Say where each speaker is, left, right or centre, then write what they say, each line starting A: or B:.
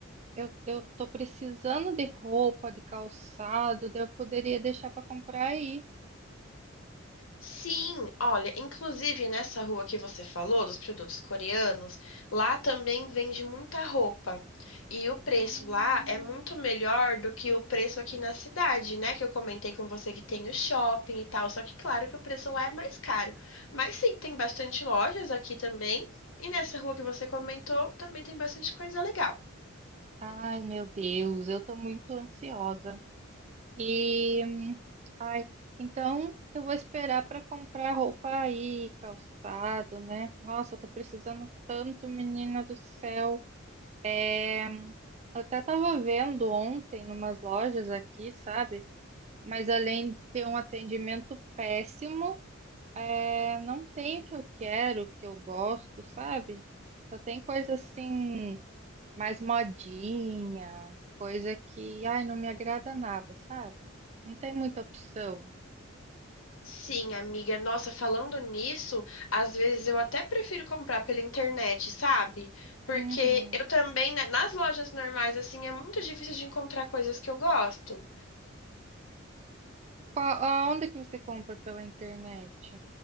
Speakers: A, on the right (about 35°); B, on the left (about 75°).
A: eu, eu tô precisando de roupa, de calçado, daí eu poderia deixar para comprar aí.
B: Sim, olha, inclusive nessa rua que você falou, dos produtos coreanos, lá também vende muita roupa. E o preço
A: Hum.
B: lá é muito melhor do que o preço aqui na cidade, né? Que eu comentei com você que tem o shopping e tal. Só que, claro, que o preço lá é mais caro. Mas sim, tem bastante lojas aqui também. E nessa rua que você comentou, também tem bastante coisa legal.
A: Ai, meu Deus, eu tô muito ansiosa. E, hum, ai, então eu vou esperar para comprar roupa aí, calçado, né? Nossa, eu tô precisando tanto, menina do céu. É, hum, eu até tava vendo ontem numas lojas aqui, sabe? Mas além de ter um atendimento péssimo, é, não tem o que eu quero, o que eu gosto, sabe? Só tem coisa assim mais modinha, coisa que, ai, não me agrada nada, sabe? Não tem muita opção.
B: Sim, amiga. Nossa, falando nisso, às vezes eu até prefiro comprar pela internet, sabe? Porque
A: Uhum.
B: eu também, né, nas lojas normais, assim, é muito difícil de encontrar coisas que eu gosto.
A: Qual, aonde que você compra pela internet?